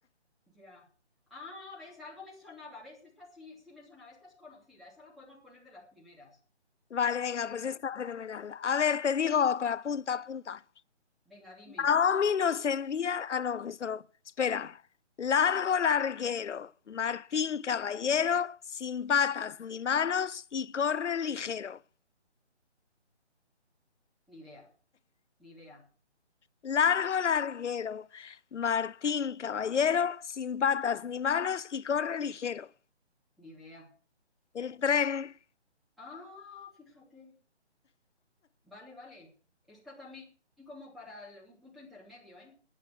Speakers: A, in the centre; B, on the left.
A: Ya. Ah, ves, algo me sonaba, ves, esta sí, sí me sonaba, esta es conocida, esa la podemos poner de las primeras.
B: Vale, venga, pues
A: ¿eh?
B: está fenomenal. A ver, te digo otra, punta, punta.
A: Venga, dime.
B: Naomi nos envía, ah no, esto no, espera, largo larguero, Martín Caballero, sin patas ni manos y corre ligero.
A: Ni idea, ni idea,
B: Largo larguero, Martín Caballero, sin patas ni manos y corre ligero.
A: ni idea.
B: El tren,
A: Ah, fíjate. Vale, vale. Esta también como para el- un punto intermedio, ¿eh?